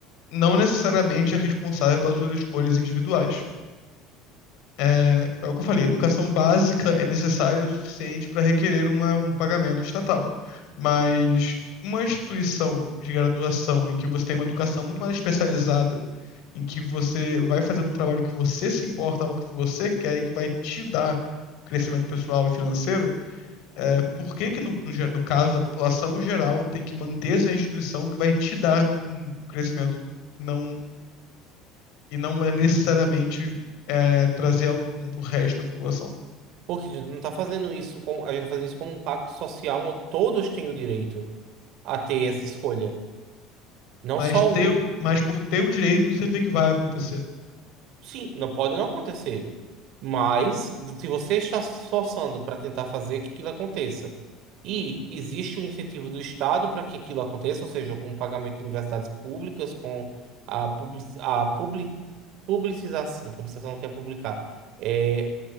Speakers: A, on the left; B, on the right.
A: não necessariamente é responsável pelas suas escolhas individuais. É é o que eu falei, educação básica é necessária o suficiente para requerer uma- um pagamento estatal. Mas uma instituição de graduação em que você tem uma educação muito mais especializada em que você vai fazer um trabalho que você se importa, algo que você quer e que vai te dar crescimento pessoal e financeiro, é, por que que no, no, ge- no caso a população geral tem que manter essa instituição que vai te dar um crescimento não, e não é necessariamente é, trazer algum pro resto da população?
B: Porque a gente não está fazendo isso como, a gente tá fazendo isso como um pacto social onde todos têm o direito a ter essa escolha, não
A: Mas,
B: só
A: teu,
B: um.
A: mas por teu direito não significa que vai acontecer.
B: Sim, não pode não acontecer. Mas se você está se esforçando para tentar fazer que aquilo aconteça e existe o incentivo do Estado para que aquilo aconteça, ou seja, com o pagamento de universidades públicas, com a, public, a public, publicização, publicização não quer publicar, é,